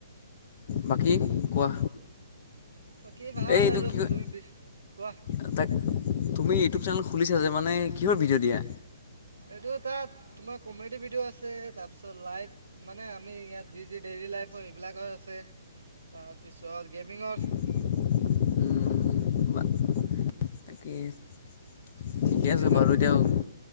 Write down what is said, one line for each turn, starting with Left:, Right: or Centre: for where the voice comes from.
Left: বাকী কোৱা?
Right: বাকী ভাল
Left: এই এটো
Right: আৰু
Left: কি কয়,
Right: তুমি বিচ কোৱা
Left: এই তা তুমি ইউটিউব চেনেল খুলিছা যে, মানে কিহৰ ভিডিঅ' দিয়া?
Right: এইটো তাত তোমাৰ কমেডি ভিডিঅ' আছে, তাৰপিছত লাইভ মানে আমি ইয়াত যি যি ডেইলী লাইফৰ সেইবিলাকৰ আছে, তাৰপিছত গেমিঙৰ
Left: <unintelligible> উম বা তাকে ঠিকে
Right: বুজিলা
Left: আছে বাৰু দিয়ক,